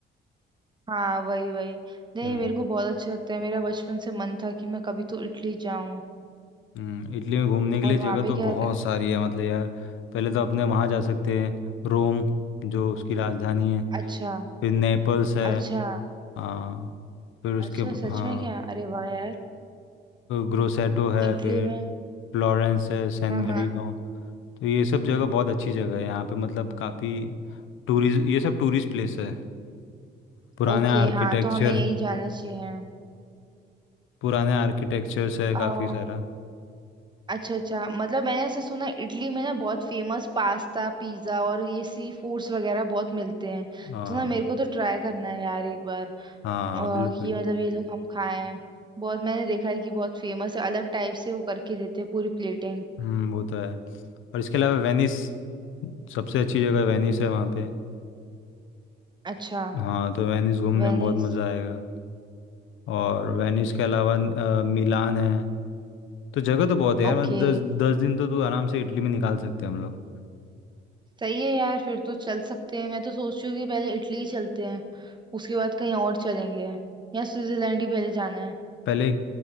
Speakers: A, on the right; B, on the left.
A: हाँ वही वही नहीं
B: हम्म
A: मेरे को बहुत अच्छा लगता है मेरा बचपन से मन था कि मैं कभी तो इटली जाऊं
B: हम्म, इटली में घूमने के
A: और
B: लिए
A: वहां
B: जगह
A: पे
B: तो
A: क्या
B: बहुत सारी है मतलब यार पहले तो अपने वहाँ जा सकते हैं रोम जो उसकी राजधानी है
A: अच्छा
B: फिर नेपल्स है
A: अच्छा
B: हाँ फिर उसके
A: अच्छा
B: ब-
A: सच
B: हाँ
A: में क्या अरे वाह यार
B: ग्रोसेटो है
A: इटली
B: फिर
A: में
B: फ्लोरेंस है सैन
A: हाँ
B: मेरिनो
A: हाँ
B: तो ये सब जगह बहुत अच्छी जगह है यहाँ पे मतलब काफ़ी टूरिस्ट ये सब टूरिस्ट प्लेस है पुराने
A: ओके
B: आर्किटेक्चर
A: हाँ तो हमें यही जाना चाहिए
B: पुराने आर्किटेक्चर्स है
A: आ,
B: काफ़ी सारा
A: अच्छा अच्छा मतलब मैंने ऐसे सुना है, इटली में ना बहुत फेमस पास्ता पिज्जा और ये सी फूड्स वगैरह बहुत मिलते हैं
B: हाँ
A: तो ना मेरे को तो ट्राई करना है यार एक बार
B: हाँ
A: आ,
B: बिल्कुल
A: कि मतलब ये लोग हम खाएं बहुत मैंने देखा है कि बहुत फेमस है अलग टाइप से वो करके देते हैं पूरी प्लेटिंग
B: हम्म वो तो है और इसके अलावा वेनिस सबसे अच्छी जगह वेनिस है वहाँ पे
A: अच्छा
B: हाँ तो वेनिस घूमने
A: वेनिस
B: में बहुत मज़ा आएगा और वेनिस के अलावा अ, मिलान है तो जगह तो बहुत है यार
A: ओके
B: मतलब दस दस दिन तो तू आराम से इटली में निकाल सकते हैं हम लोग
A: सही है यार फिर तो चल सकते हैं मैं तो सोच रही हूँ कि पहले इटली ही चलते हैं उसके बाद कहीं और चलेंगे या स्विट्जरलैंड ही पहले जाना है
B: पहले